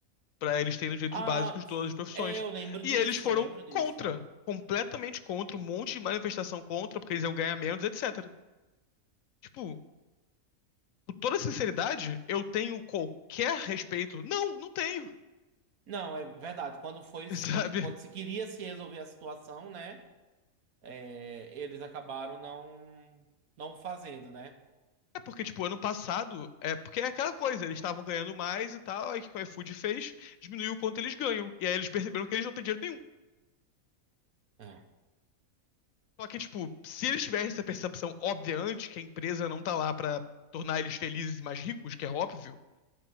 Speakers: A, on the left; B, on the right.
A: para eles terem os direitos
B: Ah,
A: básicos de todas as profissões.
B: é, eu lembro
A: E
B: disso,
A: eles foram
B: eu lembro disso.
A: contra, completamente contra, um monte de manifestação contra, porque eles iam ganhar menos, etc. Tipo, com toda sinceridade, eu tenho qualquer respeito? Não, não tenho,
B: Não, é verdade. Quando foi
A: <laughs>
B: se,
A: sabe?
B: quando se queria se resolver a situação, né? é, eles acabaram não, não fazendo, né?
A: É porque, tipo, ano passado, é porque é aquela coisa, eles estavam ganhando mais e tal, aí o que o iFood fez, diminuiu o quanto eles ganham. E aí eles perceberam que eles não têm dinheiro nenhum.
B: É.
A: Só que, tipo, se eles tivessem essa percepção óbvia antes, que a empresa não tá lá pra tornar eles felizes e mais ricos, que é óbvio,